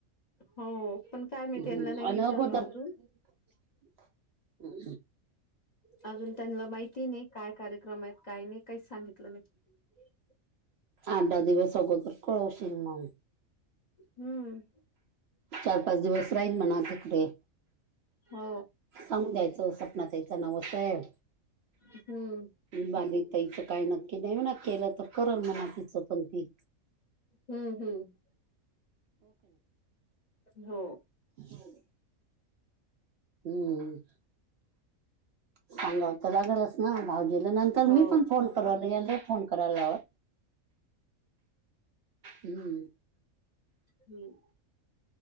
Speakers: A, on the left (about 40°); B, on the right (about 65°).
A: हो पण काय मी
B: आणि
A: त्यांना नाही विचारलं
B: न कोत
A: अजून
B: हम्
A: अजून त्यांना माहिती नाही काय कार्यक्रम आहेत काही नाही काहीच सांगितलं नाही
B: आठ दहा दिवस अगोदर कळवशील मग
A: हम्म
B: चार पाच दिवस राहील म्हणा तिकडे
A: हो
B: सांगून द्यायचं स्वपना द्यायचं नवसाहेब
A: हम्म
B: बाध इचं काही नक्की नाही म्हणा केलं तर करण म्हणा तिचं पण ती
A: हम्म हम्म हो
B: हम हम्म सांगावत लागेलच ना भाऊजीलं नंतर
A: हो
B: मी पण फोन कवल या फोन करायला लावा हम्म
A: हम्म